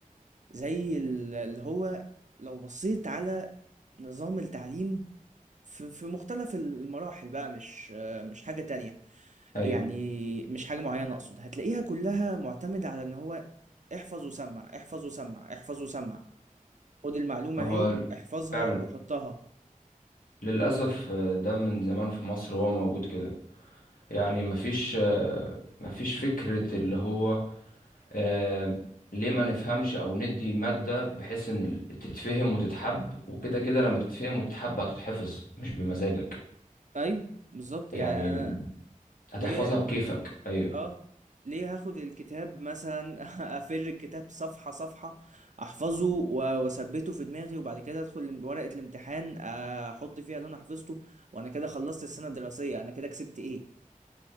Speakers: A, on the right; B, on the left.
A: زي ال- اللي هو لو بصيت على نظام التعليم في في مختلف المراحل بقى مش آه، مش حاجة تانية
B: ايوه
A: يعني مش حاجة معينة أقصد هتلاقيها كلها معتمدة على إن هو احفظ وسمع احفظ وسمع احفظ وسمع خد المعلومة
B: هو
A: اهي احفظها
B: فعلا
A: وحطها
B: للأسف آه، ده من زمان في مصر هو موجود كده يعني مفيش آه، مفيش فكرة اللي هو آه، ليه ما نفهمش أو ندي مادة بحيث إن ال- تتفهم وتتحب وكده كده لما تتفهم وتتحب هتتحفظ مش بمزاجك
A: أيوه بالظبط يعني
B: يعني
A: أنا
B: هتحفظها
A: ليه
B: بكيفك أيوه
A: آه، ليه هاخد الكتاب مثلًا <laughs> أفِر الكتاب صفحة، صفحة، أحفظه و وأثبّته في دماغي وبعد كده أدخل ال ورقة الامتحان أحُط فيها اللي أنا حفظته وأنا كده خلّصت السَنة الدراسية، أنا كده كسبت إيه؟